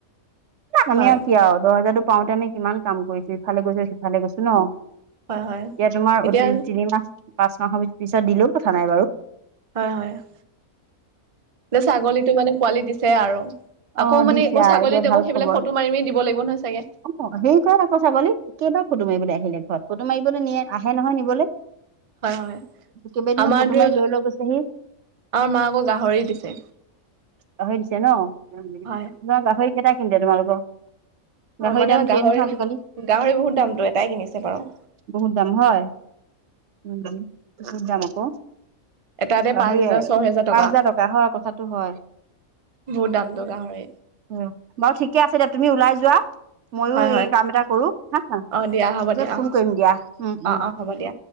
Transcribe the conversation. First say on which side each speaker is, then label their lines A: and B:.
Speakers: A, on the right; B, on the right.
A: আমি
B: হয়
A: আৰু কি আৰু দহ হাজাৰো পাওঁতে আমি কিমান কাম কৰিছো ইফালে গৈছো সিফালে গৈছো ন। এতিয়া
B: হয় হয়
A: তোমাৰ
B: এতিয়া
A: অতি তিনিমাহ পাঁচ মাহৰ পিছত দিলোও কথা নাই বাৰু।
B: হয', হয়', ছাগলীটো মানে পোৱালি দিছে আৰু।
A: অ
B: আকৌ
A: দিছে
B: মানে
A: আৰু
B: ছাগলীত
A: এতিয়া ভাল
B: আকৌ সেইবিলাক
A: খবৰ
B: ফটো মাৰি মি দিব লাগিব নহয় চাগে।
A: অ', হেৰি ক আকৌ ছাগলী একেবাৰ ফটো মাৰিবলৈ আহিলে ঘৰত ফটো মাৰিবলৈ নিয়ে আহে নহয় নিবলৈ।
B: হয় - হয়।
A: কেইবাদিনো
B: আমাৰ
A: ফটো
B: দু
A: মাৰি লৈ - লৈ গৈছেহি।
B: আমাৰ মা আকৌ গাহৰি দিছে
A: গাহৰি দিছে ন, তোমাক
B: হয়
A: গাহৰি কেইটা <unintelligible>
B: অ
A: গাহৰি
B: মানে,
A: দাম
B: গাহৰি-
A: ধেৰ নহয় আজিকালি
B: গাহৰি বহুত দামটো এটাই কিনিছে বাৰু।
A: বহুত দাম হয়, উম বহুত দাম আকৌ
B: এটাতে
A: গাহৰি
B: পাঁচ হেজাৰ - ছয় হেজাৰ
A: পাঁচ
B: টকা।
A: হাজাৰ
B: বহুত
A: হয় কথাটো হয়
B: দামটো গাহৰিৰ
A: অ', বাৰু ঠিকে আছে দিয়া, তুমি ওলাই যোৱা, মইয়ো
B: হয় হয়
A: এই কাম এটা কৰো হা। পিছত
B: অ দিয়া হ'ব দিয়া অ
A: ফোন কৰিম দিয়া উম -উম।
B: অ', অ', হ'ব দিয়া।